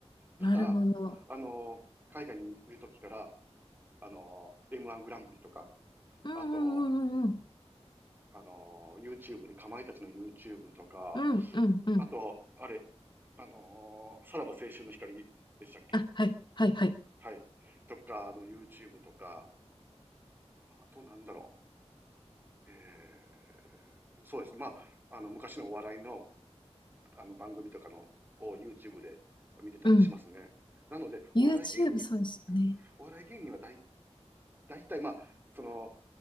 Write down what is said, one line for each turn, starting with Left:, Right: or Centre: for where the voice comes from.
Right: ただ、
Left: なるほど。
Right: あの、海外にいる時から、あの、M1 グランプリとか、
Left: うんうんうんうんうん。
Right: あと、あの、YouTube で、かまいたちの YouTube とか、
Left: うんうんうん。
Right: あと、あれ、あの、さらば青春の光でしたっけ
Left: あ、はい、はい、はい。
Right: はい。とかの YouTube とか、あとなんだろう。えーそうですねまあ、あの、昔のお笑いの、あの、番組とかの、を YouTube で見てたりしますね。
Left: うん。
Right: なので、
Left: YouTube
Right: お笑い芸人、
Left: そうですよね。
Right: お笑い芸人はだい、大体、まあ、その、